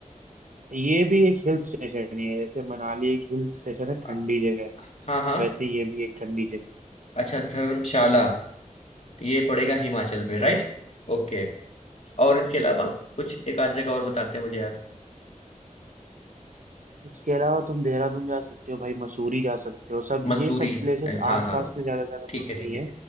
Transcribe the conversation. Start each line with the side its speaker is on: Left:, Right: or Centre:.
Right: ये भी एक हिल स्टेशन ही है जैसे मनाली एक हिल स्टेशन है
Left: अ-
Right: ठंडी जगह है
Left: हाँ हाँ
Right: वैसे ये भी एक ठंडी जगह
Left: अच्छा धर्मशाला तो ये पड़ेगा हिमाचल पे राइट
Right: है। हाँ
Left: ओके और इसके
Right: जी
Left: अलावा कुछ एक आध जगह और बताते हैं मुझे यार
Right: उसके अलावा तुम देहरादून जा सकते हो भाई मसूरी जा सकते हो सब
Left: मसूरी
Right: ये सब प्लेसेस
Left: right, हाँ
Right: आसपास
Left: हाँ
Right: में ज्यादा ज्यादा दूर
Left: ठीक है
Right: नहीं
Left: ठीक है
Right: है